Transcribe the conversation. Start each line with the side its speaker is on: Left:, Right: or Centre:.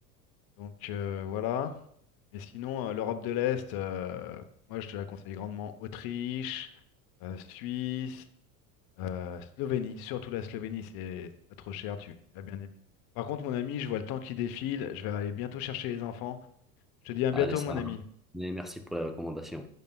Left: donc euh, voilà. Mais sinon, euh, l'Europe de l'Est, euh, moi, je te la conseille grandement. Autriche, euh, Suisse. Euh, Slovénie, surtout la Slovénie, c'est c'est pas trop cher, tu, tu vas bien aimer. Par contre, mon ami, je vois le temps qui défile, je vais aller bientôt chercher les enfants. Je te dis à bientôt,
Centre: Allez, ça.
Left: mon
Centre: marche.
Left: ami.
Centre: Mais merci pour les recommandations.